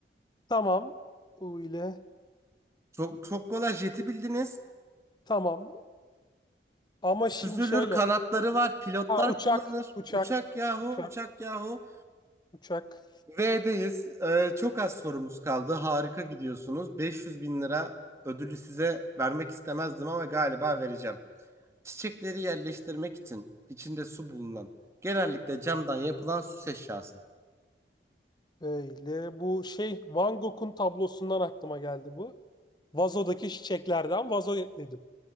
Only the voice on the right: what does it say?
Çok çok kolay jeti bildiniz.
Süzülür
kanatları var. Pilotlar
kullanır.
Uçak yahu
uçak yahu.
V'deyiz. Ee, çok az sorumuz kaldı. Harika gidiyorsunuz. 500 bin lira ödülü size vermek istemezdim ama galiba vereceğim. Çiçekleri yerleştirmek için içinde su bulunan genellikle camdan yapılan süs eşyası.